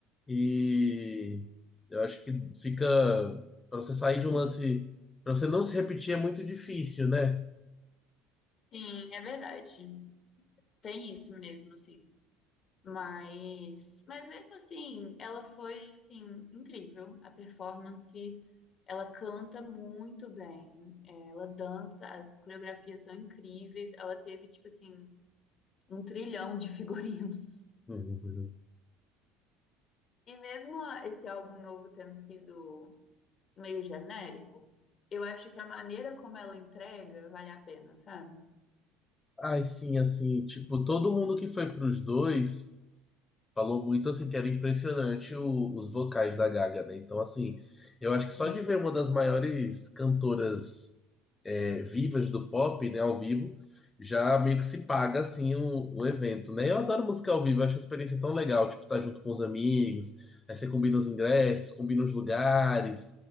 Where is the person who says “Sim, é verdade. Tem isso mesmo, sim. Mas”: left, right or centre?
Left